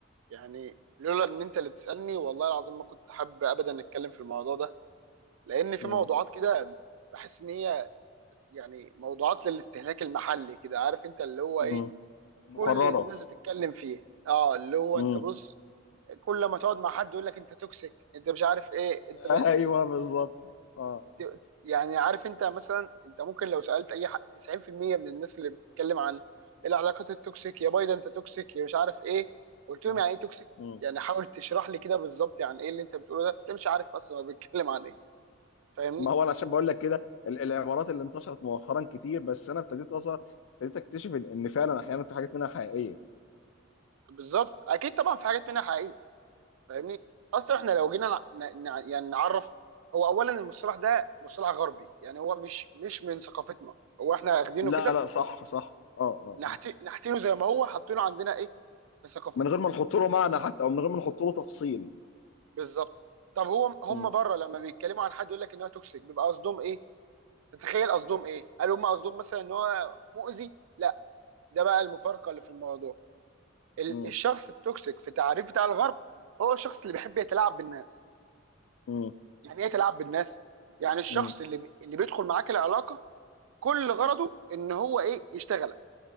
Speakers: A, on the right (about 85°); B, on the left (about 70°).
A: يعني لولا ان انت اللي بتسالني والله العظيم ما كنت حابب ابدا اتكلم في الموضوع ده لان في
B: مم.
A: موضوعات كده بحس ان هي يعني موضوعات للاستهلاك المحلي كده عارف انت اللي هو
B: مم.
A: ايه
B: مكرره
A: كل الناس بتتكلم فيه اه اللي هو
B: مم.
A: انت بص كل ما تقعد مع حد يقول لك انت توكسيك انت مش عارف ايه انت
B: <laughs> ايوه بالظبط اه
A: ت- يعني عارف انت مثلا انت ممكن لو سالت اي حد 90% من الناس اللي بتتكلم عن العلاقات التوكسيك يا بايدن انت توكسيك يا مش عارف ايه قلت لهم
B: مم.
A: يعني ايه توكسيك
B: مم.
A: يعني حاول تشرح لي كده بالظبط يعني ايه اللي انت بتقوله ده انت مش عارف اصلا هو بيتكلم عن ايه فاهمني
B: ما هو انا عشان بقول لك كده ال- العبارات اللي انتشرت مؤخرا كتير بس انا ابتديت اصلا ابتديت اكتشف ان إن فعلا احيانا في حاجات منها حقيقيه
A: بالظبط اكيد طبعا في حاجات منها حقيقيه فاهمني اصلا احنا لو جينا نع- نع- يعني نعرف هو اولا المصطلح ده مصطلح غربي يعني هو مش مش من ثقافتنا هو احنا واخدينه
B: لا
A: كده
B: لا صح صح اه اه
A: نحت-
B: اه
A: نحتينه زي ما هو حاطينه عندنا ايه في ثقافتنا
B: من غير ما نحط له معنى حتى او من غير ما نحط له تفصيل
A: بالظبط طب هو هم
B: مم.
A: بره لما بيتكلموا عن حد يقول لك ان هو توكسيك بيبقى قصدهم ايه؟ تتخيل قصدهم ايه؟ هل هم قصدهم مثلا ان هو مؤذي؟ لا ده بقى المفارقه اللي في الموضوع ال-
B: مم.
A: الشخص التوكسيك في تعريف بتاع الغرب هو الشخص اللي بيحب يتلاعب بالناس
B: مم.
A: يعني ايه يتلاعب بالناس؟ يعني الشخص
B: مم.
A: اللي بي- اللي بيدخل معاك العلاقه كل غرضه ان هو ايه؟ يشتغلك